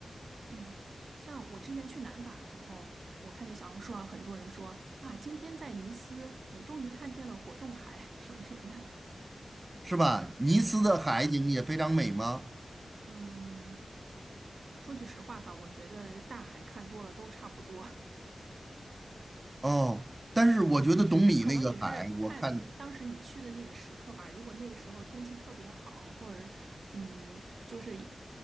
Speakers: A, on the right; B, on the right.
A: 嗯，像我之前去南法的时候，我看见小红书上很多人说啊，今天在尼斯，呃，终于看见了果冻海 <laughs> 什么什么的。
B: 是吧？尼斯的海景也非常美吗？
A: 对，嗯，说句实话吧，我觉得大海看多了都差不多。
B: 哦，但是我觉得懂你那个海，
A: 但是可能也是看当时你去的那个时刻吧。
B: 我看。
A: 如果那个时候天气特别好，或者嗯，就是也